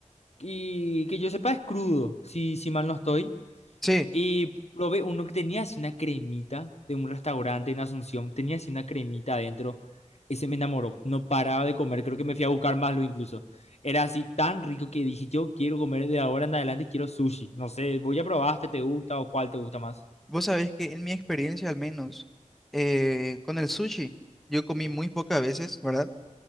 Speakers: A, on the left (about 55°); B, in the centre.
A: y que yo sepa es crudo, si, si mal no estoy.
B: Sí,
A: Y probé uno que tenía así una cremita de un restaurante en Asunción, tenía así una cremita adentro. Ese me enamoró, no paraba de comer, creo que me fui a buscar más lo incluso. Era así tan rico que dije, yo quiero comer de ahora en adelante, quiero sushi. No sé, voy a probar, este te gusta o cuál te gusta más.
B: vos sabés que en mi experiencia al menos eh, con el sushi, yo comí muy pocas veces, ¿verdad?